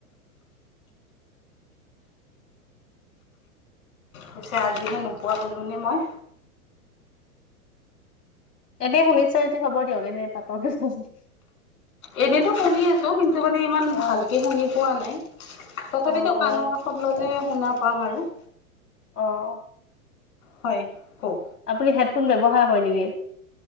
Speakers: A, on the left; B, on the left.
A: পিছে আজিহে নোপোৱা হ'লোনে মই।
B: এনেই শুনিছ যদি হ'ব দিয়ক, এনে পাতক <unintelligible>
A: এনেতো শুনিয়ে আছো, কিন্তু মানে ইমান ভালকে
B: অ',
A: শুনি পোৱা নাই, তথাপিতো
B: অ',
A: কাণৰ
B: অ'।
A: কাষত ল'লে শুনা পাম আৰু।
B: অঁ।
A: হয়। কওক
B: আপুনি হেডফোন ব্যৱহাৰ কৰে নেকি?